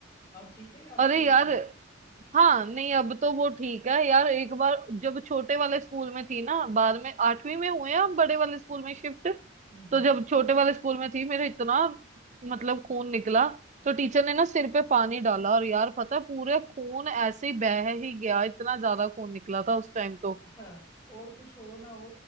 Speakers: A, on the left; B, on the right.
A: अब ठीक है अब
B: अरे
A: भी वैसे
B: यार
A: ही है
B: हाँ नहीं अब तो वो ठीक है यार एक बार जब छोटे वाले स्कूल में थी ना बाद में आठवीं में हुए हम बड़े वाले स्कूल में शिफ्ट
A: हम्म
B: तो
A: हम्म
B: जब छोटे वाले स्कूल में थी मेरे इतना मतलब खून निकला तो टीचर ने ना सिर पे पानी डाला और यार पता है पूरे खून ऐसे ही बह ही गया इतना ज्यादा खून निकला था उस टाइम तो
A: <laughs> हाँ, और कुछ हो ना हो